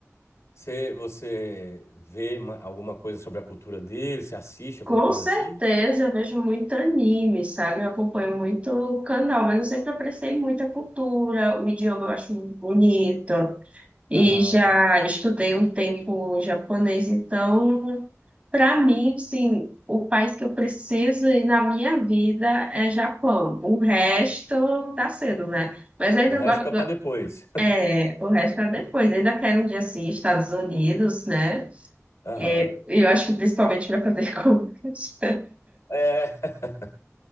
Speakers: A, on the left; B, on the right.
A: Você, você vê ma- alguma coisa sobre a cultura dele? Você assiste alguma
B: Com
A: coisa
B: certeza,
A: assim?
B: eu vejo muito anime, sabe? Eu acompanho muito o canal, mas eu sempre apreciei muito a cultura, o idioma eu acho bonito. E
A: Aham.
B: já estudei um tempo japonês, então, para mim, assim, o país que eu preciso ir na minha vida é Japão. O resto tá sendo, né? Mas ainda
A: O resto
B: agora,
A: fica para depois.
B: é, o resto é depois. Ainda quero um dia assim, Estados Unidos, né?
A: <laughs> Aham.
B: É, eu acho que principalmente para fazer <laughs> compras.
A: É. <laughs>